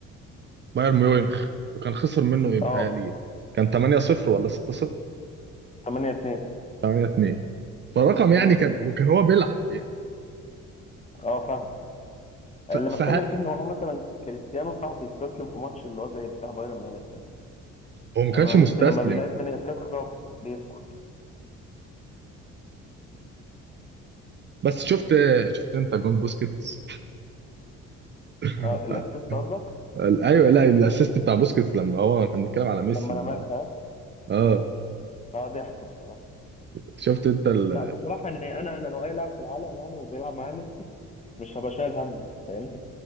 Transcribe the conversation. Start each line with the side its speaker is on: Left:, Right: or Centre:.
Right: بايرن ميونخ وكان خسر منه ايه بيتهيألي
Left: اه
Right: كان 8-0 ولا 6-0
Left: 8 2
Right: 8-2 فرقم يعني
Left: امم
Right: كان وكان هو بيلعب يعني
Left: اه فاهم اللي
Right: ف-
Left: بتكلم
Right: فه-
Left: فيه ان هو مثلا كريستيانو صعب يستسلم في ماتش اللي هو زي بتاع بايرن ميونخ ده
Right: هو ما
Left: لما
Right: كانش مستسلم
Left: ميسي لما بيلاقي التانية بتخرب بيسكت
Right: بس شفت شفت انت جون بوسكيتس <laughs>
Left: آه الاسيست قصدك
Right: ال- ايوه لا الاسيست بتاع بوسكيتس لما هو كان بيتكلم على ميسي
Left: لما
Right: لما
Left: لمسها
Right: اه
Left: اه ضحك بصراحة
Right: شفت انت ال...
Left: لا بصراحة ان انا انا لو اي لاعب في العالم يعني وبيلعب معايا ميسي مش هبقى شايل هم يعني فاهمني